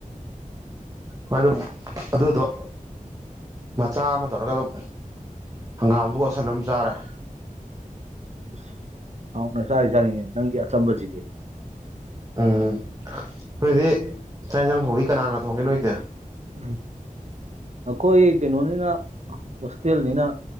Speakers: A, on the right; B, on the right.
A: ꯃꯔꯨꯞ ꯑꯗꯨꯗꯣ ꯃꯆꯥ ꯑꯃ ꯇꯧꯔꯒ ꯑꯗꯨꯝ ꯍꯪꯒꯥꯝꯗꯨꯒ ꯑꯣꯠꯁꯜꯂ ꯑꯗꯨꯝ ꯆꯥꯔꯦ
B: ꯑꯁ ꯍꯥꯎꯅ ꯆꯥꯔꯤꯖꯥꯅꯤꯅꯦ ꯅꯪꯒꯤ ꯑꯆꯝꯕꯁꯤꯗꯤ
A: ꯎꯝ ꯈꯣꯏꯗꯤ ꯆꯥꯛ ꯌꯦꯟꯁꯥꯡ ꯊꯣꯡꯕꯗꯤ ꯀꯅꯅꯥ ꯊꯣꯡꯒꯦ ꯅꯣꯏꯗꯤ
B: ꯎ ꯑꯩꯈꯣꯏ ꯀꯩꯅꯣꯅꯤꯅ ꯍꯣꯁꯇꯦꯜꯅꯤꯅ